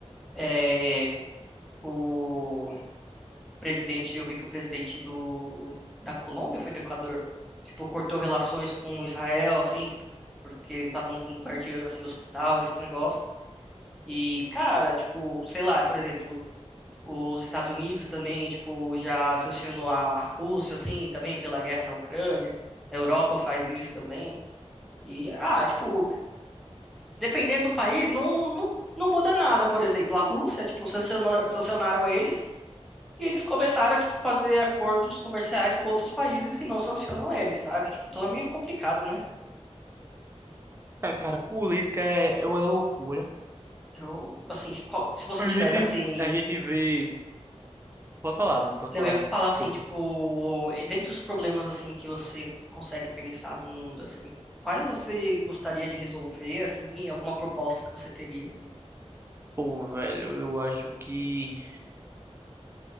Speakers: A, in the centre; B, on the right (about 20°).
A: é, o presidente, eu vi que o presidente do da Colômbia foi do Equador, tipo, cortou relações com Israel assim, tipo, porque eles estavam bombardeando assim hospital, esses negócios. E, cara, tipo, sei lá, por exemplo, os Estados Unidos também, tipo, já sancionou a, a Rússia, assim, também pela guerra na Ucrânia. A Europa faz isso também. E, ah, é, tipo, dependendo do país, não, não, não muda nada. Por exemplo, a Rússia, tipo, sancionou, sancionaram eles e eles começaram a, tipo, fazer acordos comerciais com outros países que não sancionam eles, sabe? Tipo, tudo é meio complicado, né?
B: É, cara, política é, é uma loucura.
A: Eu, assim, qual- se você
B: A
A: tivesse,
B: gente,
A: assim,
B: a gente vê. Pode falar, mano, pode
A: Não,
B: falar.
A: eu ia falar assim,
B: Desculpa.
A: tipo, dentre os problemas assim que você consegue pensar no mundo, assim, quais você gostaria de resolver, assim, alguma proposta que você teria?
B: Pô, velho, eu acho que.